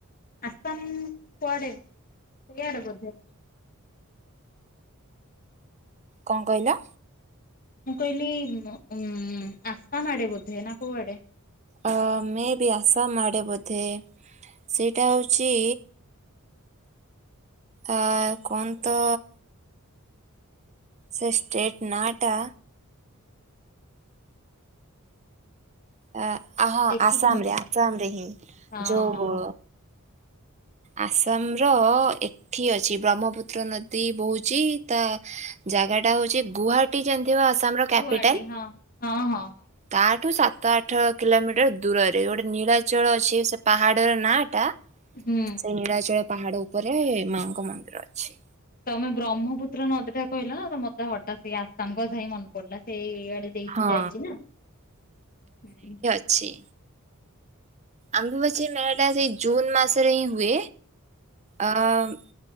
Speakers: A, on the left; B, on the right.
A: ଆସମ୍ କୁଆଡେ ସେଇଆଡେ ବୋଧେ।
B: କଣ କହିଲ?
A: ମୁଁ କହିଲି ଉଁ ଆସାମ ଆଡେ ବୋଧେ ନାଁ କୋଉ ଆଡେ?
B: ଆ ମେ ବି ଆସାମ୍ ଆଡ଼େ ବୋଧେ ସେଇଟା ହଉଚି ଆ କଣ ତ ସେ ଷ୍ଟେଟ୍ ନାଁ ଟା ଏଁ ଆ ହଁ
A: ଦେଖିକି
B: ଆସାମ
A: ମତେ
B: ରେ
A: କୁହ
B: ଆସାମ ରେ ହିଁ
A: ହଁ
B: ଯୋଉ ଆସାମ୍ ର ଏଠି ଅଛି ବ୍ରହ୍ମପୁତ୍ର ନଦୀ ବୋହୁଚି ତା ଜାଗା ଟା ହଉଚି ଗୋହାଟୀ ଜାଣିଥିବା ଆସାମ ର କ୍ୟାପିଟାଲ୍।
A: ଗୁଆହାଟୀ ହଁ ହଁ ହଁ ହଁ।
B: ତା ଠୁ ସାତ ଆଠ କିଲୋମିଟର ଦୂରରେ ଗୋଟେ ନୀଳାଚଳ ଅଛି ସେ ପାହାଡର ନାଁ ଟା।
A: ହୁଁ।
B: ସେଇ ନୀଳାଚଳ ପାହାଡ ଉପରେ ମାଁ ଙ୍କ ମନ୍ଦିର ଅଛି।
A: ତମେ ବ୍ରହ୍ମପୁତ୍ର ନଦୀ ଟା କହିଲ ନା ମତେ ହଠାତ୍ ସେଇ ଆସାମ କଥା ହିଁ ମନେ ପଡିଲା ସେଇ ଆଡ଼େ ଦେଇ କି
B: ହଁ
A: ଯାଇଛି ନା, ହୁଁ।
B: ଛି ଆମ୍ବବାଛି ମେଳା ଟା ସେଇ ଜୁନ ମାସରେ ହିଁ ହୁଏ, ଅ-ଅ-ଅ